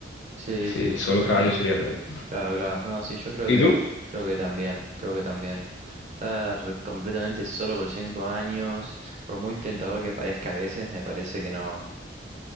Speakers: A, on the right (about 35°); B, on the left (about 75°).
A: Sí,
B: Sí,
A: sí.
B: solo
A: No,
B: cada año sería peor.
A: claro, claro. No, sí, yo creo
B: ¿Y
A: que,
B: tú?
A: creo que también, creo que también. Estar completamente solo por cinco años, por muy tentador que parezca a veces, me parece que no.